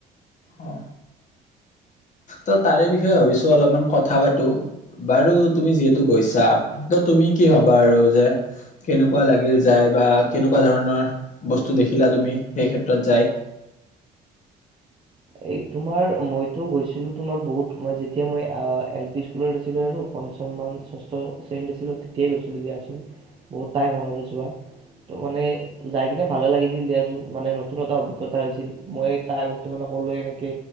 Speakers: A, on the left; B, on the right.
A: অ ত তাৰে বিষয়ে ভাবিছো অলপমান কথা পাতো বাৰু তুমি যিহেতু গৈছা ত তুমি কি ভাবা আৰু যে কেনেকুৱা লাগিল যায় বা কেনেকুৱা ধৰণৰ বস্তু দেখিলা তুমি সেই ক্ষেত্ৰত যাই
B: এই তোমাৰ মইতো গৈছিলো তোমাৰ বহুত মই যেতিয়া মই এল পি স্কুলত আছিলো আৰু পঞ্চম মান ষষ্ঠ শ্ৰেণীত আছিলো তেতিয়াই গৈছিলো দিয়াচোন বহুত টাইম হ'ল আৰু যোৱা ত মানে যাই কিনে ভালে লাগিছিল দিয়াচোন মানে নতুন এটা অভিজ্ঞতা হৈছিল মই তাৰ আগতে মানে সকলে এনেকে